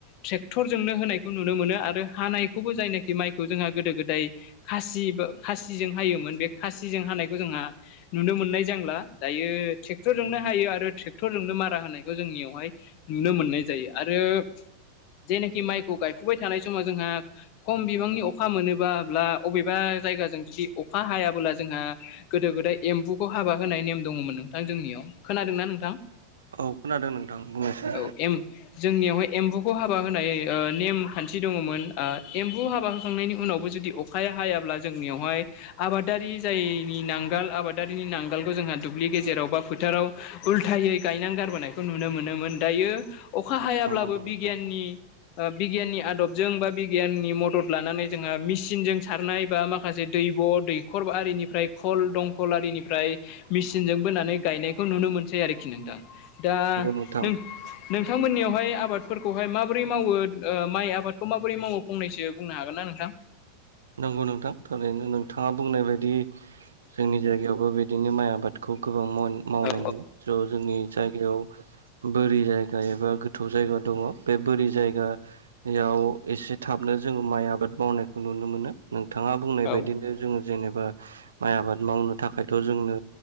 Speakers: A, on the left; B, on the right.
A: ट्रेक्टरजोंनो होनायखौ नुनो मोनो आरो हानायखौबो जायनाखि माइखौ जोंहा गोदो गोदाय खासि। खासिजों हायोमोन बे खासिजों हानायखौ जोंहा नुनो मोननाय जांला दायो। ट्रेक्टर जोंनो हायो आरो ट्रेक्टरजोंनो मारा होनायखौ जोंनियावहाय नुनो मोननाय जायो आरो। जेनाखि माइखौ गायफुबाय थानाय समाव जोंहा खम बिबांनि अखा मोनोब्ला अबेबा। जायगाजों जुदि अखा हायाबोला जोंहा गोदो गोदाय एम्बुखौ हाबा होनाय नेम दङमोन नोंथां जोंनियाव खोनादोंना नोंथां।
B: औ खोनादों नोंथां। बुंनायसै
A: औ एम। जोंनियावहाय एम्बुखौ हाबा होनाय ओ नेम खान्थि दङमोन ओ एम्बु हाबा होखांनायनि उनावबो जुदि। अखाया हायाब्ला जोंनियावहाय आबादारि जायनि नांगाल आबादारिनि नांगालखौ जोंहा। दुब्लि गेजेराव बा फोथाराव उल्थायै गायना गारबोनायखौ नुनो मोनो। मोन दायो अखा हायाब्लाबो
B: औ नंगौ नोंथां
A: बिगियाननि। ओ बिगियाननि आदबजों बा बिगियाननि मदद लानानै जोंहा मेसिनजों सारनाय बा माखासे दै। बिब' दैखर आरिनिफ्राय खल दंखल आरिनिफ्राय मेसिनजों बोनानै गायनायखौ नुनो मोन। सै आरोखि नोंथां दा।
B: नोथां।
A: नों नोंथांमोननियावहाय आबादफोरखौहाय माबोरै मावो ओ माइ आबादखौ माबोरै मावो फंनैसो बुंनो हागोन ना। नोंथां।
B: नंगौ नोंथां थरैनो नोंथाङा बुंनाय बायदि जोंनि जायगायावबो बिदिनो माइ आबाद। खौ गोबां माव मावनाय
A: औ
B: ज' जोंनि जायगायाव। बोरि जायगा एबा गोथौ जायगा दङ बे बोरि जायगायाव एसे थाबनो। जोङो माइ आबाद मावनायखौ नुनो मोनो नोंथाङा बुंनाय
A: औ
B: बायदिनो जोङो जेनेबा। माइ आबाद मावनो थाखायथ' जोंनो